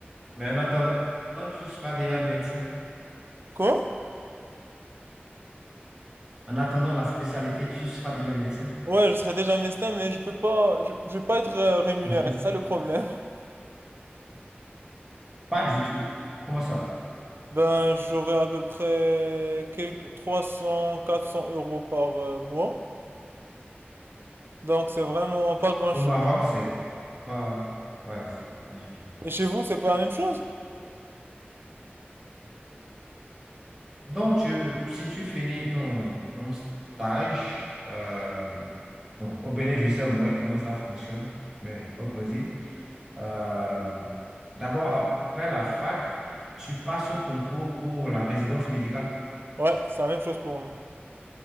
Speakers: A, on the right (about 15°); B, on the right (about 65°).
A: mais en attendant, tu seras déjà médecin.
B: Quoi?
A: En attendant la spécialité, tu seras déjà médecin.
B: Ouais, je serais déjà mestin, mais je peux pas, je, je vais pas être euh, rémunéré,
A: Mhm.
B: c'est ça le problème. <laughs>
A: Pas du tout. Comment ça?
B: Ben, j'aurais à peu près quelques trois cents, quatre cents euros par euh, mois. Donc, c'est vraiment pas grand-chose.
A: Au Maroc,
B: hein.
A: c'est pas. Ouais, c'est pas gi-
B: Et chez vous, c'est pas la même chose?
A: Donc, tu, si tu finis ton, ton stage, euh, bon, au Bénin, je sais moins comment ça fonctionne, mais au Brésil, euh, d'abord, après la fac, tu passes un concours pour la résidence médicale.
B: Ouais, c'est la même chose pour nous.